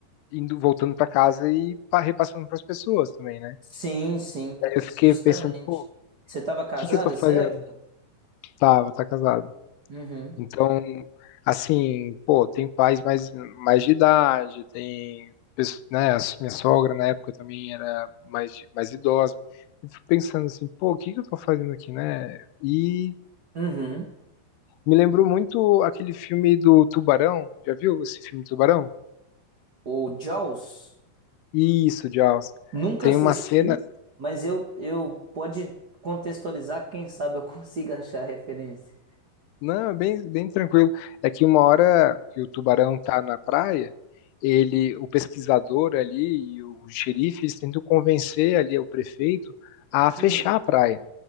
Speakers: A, on the left; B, on the right.
A: indo voltando para casa e pa- repassando para as pessoas também, né?
B: Sim, sim,
A: Aí eu fiquei
B: justamente.
A: pensando, pô, o
B: Você estava casada
A: que que eu tô fazendo?
B: essa época?
A: Tava, tá casado.
B: Uhum.
A: Então, assim, pô, tem pais mais, mais de idade, tem, pes- né, a minha sogra na época também era mais, de- mais idosa. Eu fico pensando assim, pô, o que que eu tô fazendo aqui, né? E
B: Uhum.
A: me lembrou muito aquele filme do Tubarão, já viu esse filme Tubarão?
B: O Jaws,
A: Isso, Jaws.
B: nunca
A: Tem
B: assisti,
A: uma cena
B: mas eu, eu pode contextualizar, quem sabe eu <laughs> consiga achar a referência.
A: Não, é bem, bem tranquilo. É que uma hora que o tubarão tá na praia, ele, o pesquisador ali e o xerife, eles tentam convencer ali o prefeito a fechar
B: Hum.
A: a praia.